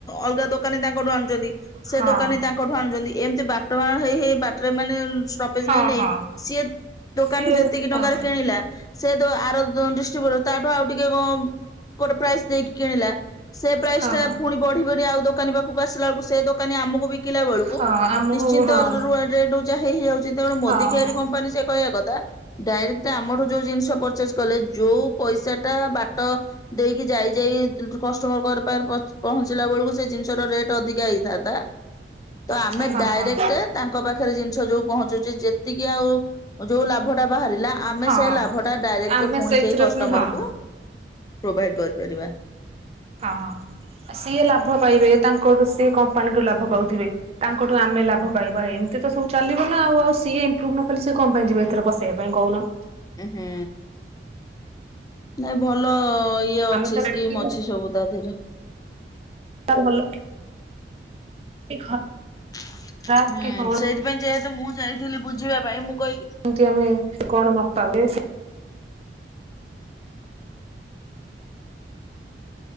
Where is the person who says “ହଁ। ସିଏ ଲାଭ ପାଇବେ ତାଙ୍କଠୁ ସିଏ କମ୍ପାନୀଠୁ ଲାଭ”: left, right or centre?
Right